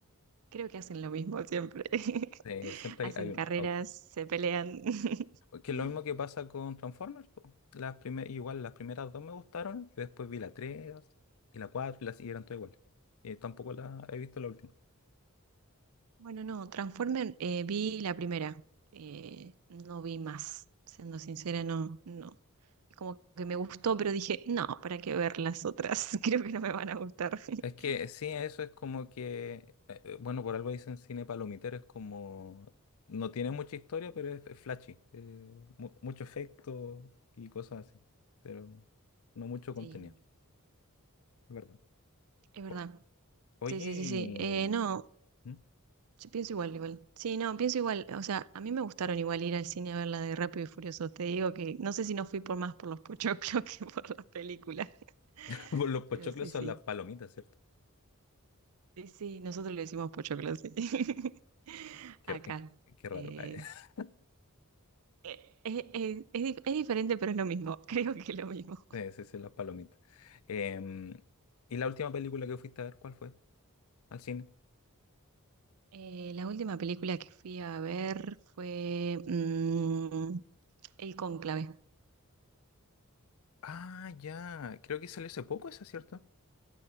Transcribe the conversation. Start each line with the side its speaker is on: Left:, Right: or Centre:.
Right: Creo que hacen lo mismo siempre. <laughs>
Left: Eh, siempre
Right: Hacen
Left: hay, hay un
Right: carreras,
Left: auto.
Right: se pelean. <laughs>
Left: Que es lo mismo que pasa con Transformers. po. Las primer- igual las primeras dos me gustaron y después vi la 3 y la 4 y las y eran todas iguales. Y tampoco la he visto la última.
Right: Bueno, no, Transformer eh, vi la primera, eh, no vi más, siendo sincera, no, no. Como que me gustó, pero dije, no, ¿para qué ver las otras? <laughs> Creo que no me van a gustar. <laughs>
Left: Es que sí, eso es como que, eh, eh, bueno, por algo dicen cine palomitero, es como, no tiene mucha historia, pero es, es flashy, eh, mu- mucho efecto y cosas así, pero no mucho
Right: Sí,
Left: contenido, es verdad.
Right: es verdad.
Left: O- oye,
Right: Sí, sí,
Left: y
Right: sí, sí. Eh, no,
Left: ¿Mm?
Right: yo pienso igual, igual. Sí, no, pienso igual. O sea, a mí me gustaron igual ir al cine a ver la de Rápido y Furioso. Te digo que no sé si no fui por más por los pochoclos <laughs> que por las películas. <laughs>
Left: <laughs> Pues los pochoclos
Right: Pero sí,
Left: son
Right: sí.
Left: las palomitas, ¿cierto?
Right: Sí, sí, nosotros le decimos pochoclo, sí. <laughs>
Left: Qué,
Right: Acá.
Left: eh, qué raro.
Right: Eh,
Left: <laughs>
Right: eh, eh, eh, es, dif- es diferente, pero es lo mismo. <laughs> Creo que es lo mismo.
Left: Sí, sí, sí, las palomitas. Em, ¿y la última película que fuiste a ver, cuál fue? ¿Al cine?
Right: Eh, la última película que fui a ver fue mm, El Cónclave.
Left: Ah, ya, creo que salió hace poco esa, ¿cierto?